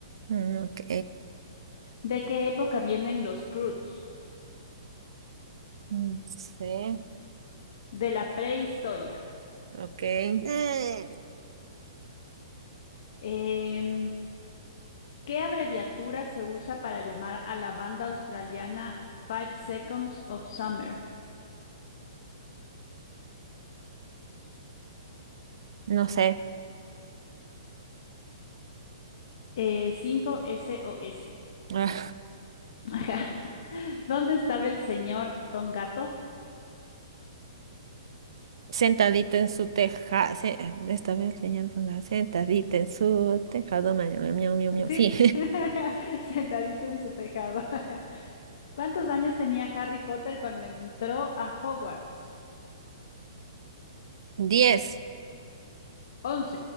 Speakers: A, on the right; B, on the left.
A: Mm, ok.
B: ¿De qué época vienen los Croods?
A: Mm, No sé.
B: De la prehistoria.
A: Ok. Mm.
B: Em, ¿qué abreviatura se usa para llamar a la banda australiana Five Seconds of Summer?
A: No sé.
B: Eh, cinco S o S.
A: Ah,
B: Ajá. <laughs> ¿Dónde estaba el señor Don Gato?
A: Sentadita en su teja. se- Esta vez enseñando sentadita en su tejado. ma- ma- Miau, miau, miau.
B: Sí,
A: Sí.
B: <laughs> sentadito en su tejado. <laughs> Ajá. ¿Cuántos años tenía Harry Potter cuando entró a Hogwarts?
A: <laughs> Diez.
B: Once.